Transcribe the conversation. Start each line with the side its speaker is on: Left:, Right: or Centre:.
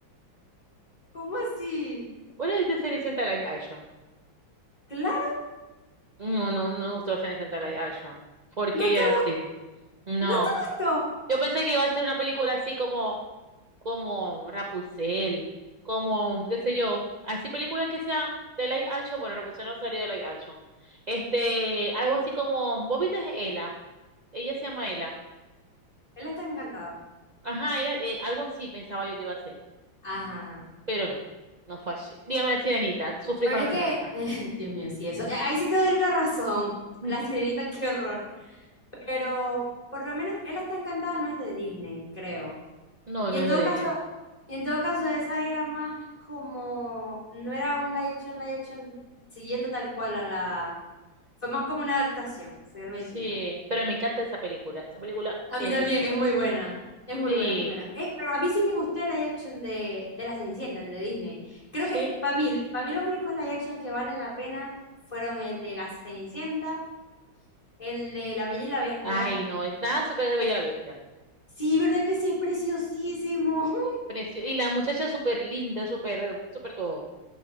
Left: ¿Cómo así?
Right: ¿Cuál es de Cenicienta Live Action?
Left: Claro,
Right: No, no, no me gustó Cenicienta Live Action. ¿Por
Left: no
Right: qué
Left: te
Right: era así?
Left: gustó,
Right: No.
Left: no te gustó.
Right: Yo pensé que iba a ser una película así como, como Rapunzel, como, qué sé yo, así películas que sean de live action. Bueno, Rapunzel no salió de live action. Este, algo así como, ¿vos viste a Ela? Ella se llama Ela.
Left: Él está encantada.
Right: Ajá, era, eh, algo así pensaba yo que iba a ser,
Left: Ajá, ajá.
Right: pero no, no fue así. Dígame la sirenita, sufrí
Left: Pero
Right: con la
Left: es
Right: sirenita.
Left: que, <laughs> Dios mío, sí, eso. eh, Ahí sí te doy la razón.
Right: <laughs>
Left: La sirenita, qué horror. Pero por lo menos él está encantada, no es de Disney, creo.
Right: No,
Left: Y
Right: no
Left: en
Right: es
Left: todo
Right: de Disney.
Left: caso, y en todo caso, esa era más como, no era un live action, live action, siguiendo tal cual a la, fue más como una adaptación, fue algo
Right: Sí,
Left: distinta.
Right: pero me encanta esa película. Esa película
Left: A
Right: es
Left: mí
Right: espectacular.
Left: también es muy buena, es muy
Right: Sí,
Left: buena, es muy buena. Eh, pero a mí sí me gustó el live action de, de La Cenicienta, el de Disney. Creo
Right: sí.
Left: que para mí, para mí los únicos live action que valen la pena fueron el de La Cenicienta, el de La Bella y la Bestia.
Right: Ay, no, es nada súper de Bella la Bestia.
Left: Sí, ¿verdad que sí? Es preciosísimo. <laughs>
Right: Precio- Y la muchacha es súper linda, súper, eh, súper todo.